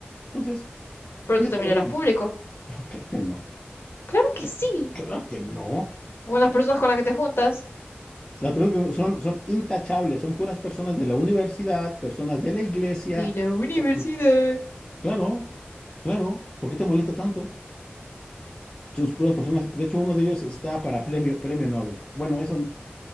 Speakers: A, on the left; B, on the left.
A: Entonces,
B: Pero
A: piénsalo
B: tú también eras
A: bien.
B: público.
A: <laughs> No, claro que no.
B: Claro que sí.
A: Claro que no.
B: Con las personas con las que te juntas.
A: Las personas que son, son intachables, son puras personas de la universidad, personas de la iglesia.
B: De la universidad.
A: Y- Claro, claro. ¿Por qué te molesta tanto? Son puras personas. De hecho, uno de ellos está para premio, premio Nobel. Bueno, eso